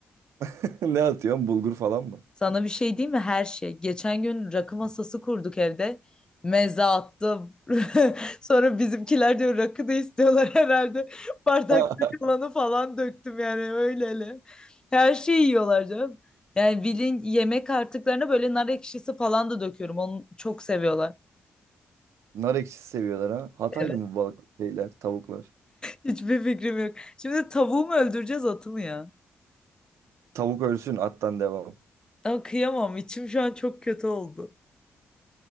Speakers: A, on the right (about 85°); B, on the left (about 20°).
A: <laughs> Ne atıyorsun? Bulgur falan mı?
B: Sana bir şey diyeyim mi? Her şey. Geçen gün rakı masası kurduk evde. Meze attım. <laughs> Sonra bizimkiler diyor rakı da istiyorlar <laughs> herhalde. Bardak
A: <laughs>
B: kalanı falan döktüm yani öyle hele. Her şeyi yiyorlar canım. Yani bilin yemek artıklarına böyle nar ekşisi falan da döküyorum. Onu çok seviyorlar.
A: Nar ekşisi seviyorlar ha. Hataylı
B: Evet.
A: mı bu balık şeyler, tavuklar?
B: Hiçbir fikrim yok. Şimdi tavuğu mu öldüreceğiz atı mı ya?
A: Tavuk ölsün, attan devam.
B: Ama kıyamam. İçim şu an çok kötü oldu.